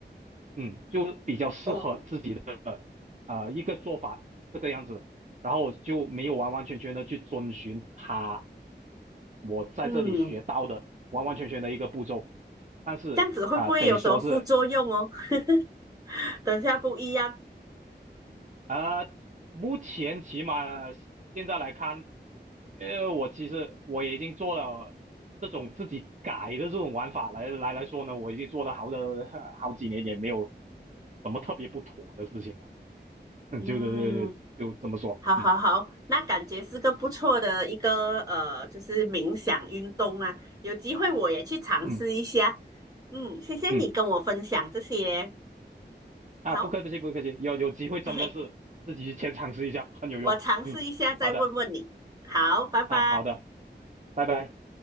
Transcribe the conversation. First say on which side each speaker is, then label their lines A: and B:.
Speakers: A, on the right; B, on the right.
A: 嗯，就比较适合自己的
B: 哦，
A: 呃一个做法这个样子，然后我就没有完完全全的去遵循他我在这里学到的完完全全的一个步骤，
B: 嗯，
A: 但是啊、
B: 这样子会不会有什么副作用哦？
A: 得说是
B: <laughs> 等下不一样。
A: 啊、目前起码现在来看，呃，我其实我已经做了这种自己改的这种玩法来来来说呢，我已经做了好的 <laughs> 好几年，也没有什么特别不妥的事情吧。嗯，
B: 嗯，
A: 就是就这么说。
B: 好好好，
A: 嗯
B: 那感觉是个不错的一个呃，就是冥想运动啊。有机会我也去尝试一下。
A: 嗯
B: 嗯，谢谢你跟我分享这些。
A: 嗯，
B: 好，
A: 啊，不客气不客气，有有机会真的是自己去先尝试一下，
B: 嘿嘿，
A: 很有用。
B: 我尝试一下再问问你。
A: 嗯，好的
B: 好，拜拜。
A: 啊，好的，拜拜。